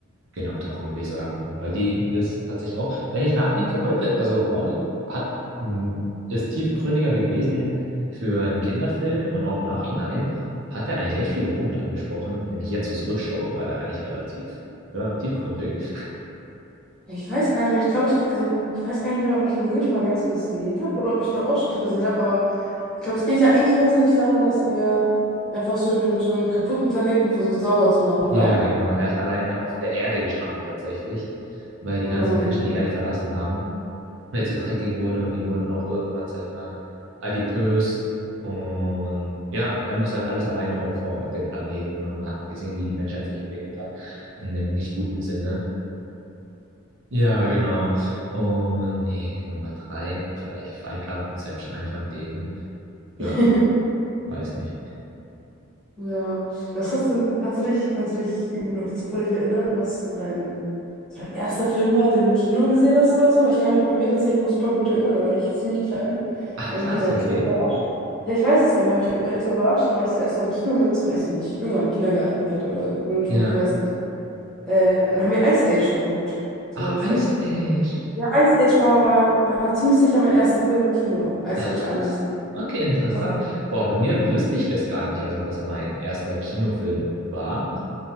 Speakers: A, on the right (about 65°); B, in the centre.
A: Genau, darum würde ich sagen, Wall-E ist tatsächlich auch, wenn ich nachdenke heute, also Wall-E hat, m, ist tiefgründiger gewesen für einen Kinderfilm und auch nachhinein hat er eigentlich echt viele Punkte angesprochen. Wenn ich jetzt so zurückschaue, war der eigentlich relativ, ja, tiefgründig. <laughs>
B: Ich weiß gar nicht mehr. Ich glaube, ich, also, ich weiß gar nicht mehr, ob ich ihn wirklich mal ganz gesehen habe oder ob ich nur Ausschnitte gesehen habe, aber ich glaube, es geht ja eigentlich grundsätzlich darum, dass er einfach so, den- so einen kaputten Planeten versucht sauber zu machen, oder?
A: Ja, genau, er ist alleine auf der Erde gestrandet tatsächlich, weil die
B: Oh
A: ganzen
B: nein.
A: Menschen die Erde verlassen haben weil ich so dreckig wurde und die wurden auch irgendwann, sag ich mal, adipös. Und ja, er muss halt alles alleine aufräumen auf dem Planeten. Und man hat gesehen, wie die Menschheit sich entwickelt hat, in einem nicht guten Sinne. Ja, genau. Und nee, Nummer drei, vielleicht Fight Club, Inception, ein von denen. Ja,
B: <laughs>
A: weiß nicht.
B: Ja. Was hast denn, kannst du dich, kannst du dich irgendwie noch zufällig erinnern, was so dein, so dein erster Film war, den du im Kino gesehen hast oder so? Weil ich kann mich bei mir tatsächlich noch super gut erinnern, da war ich ziemlich klein. Und
A: Ach,
B: dann
A: krass,
B: haben mich meine
A: okay.
B: Eltern überrascht. Ja, ich weiß es noch, weil ich meine Eltern überrascht, da war ich das erste Mal im Kino mit, weiß ich nicht, irgendwann im Kindergarten halt oder Grundschule,
A: Ja.
B: ich weiß nicht. Äh, und dann haben wir Ice Age geguckt. So,
A: Ach,
B: ich
A: Ice
B: glaube,
A: Age.
B: ja, Ice Age war, war, war ziemlich sicher mein erster Film im Kino. Ice
A: Ach,
B: Age
A: krass.
B: eins
A: Okay, interessant.
B: Was-
A: Boah, bei mir wüsste ich das gar nicht, also was mein erster Kinofilm war.